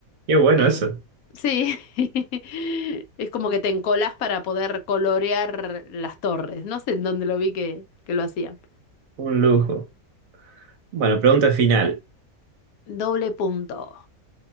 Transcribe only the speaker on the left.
eh,
sí, <laughs> es como que te encolás para poder colorear las torres. No sé en dónde lo vi que que lo hacían.
Doble punto.